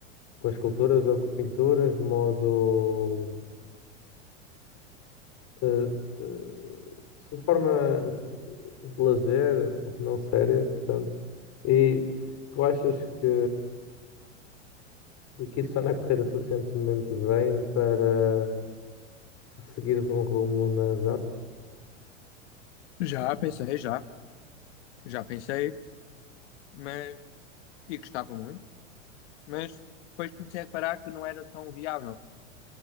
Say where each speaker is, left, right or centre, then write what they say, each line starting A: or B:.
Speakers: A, on the left (about 40°); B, on the left (about 65°).
A: com esculturas ou com pinturas de modo, eh, eh, de forma de lazer, não séria, portanto. E tu achas que, que isso anda a correr suficientemente bem para seguires um rumo nas artes?
B: Já pensei, já, já pensei, mas e gostava muito, mas depois comecei a reparar que não era tão viável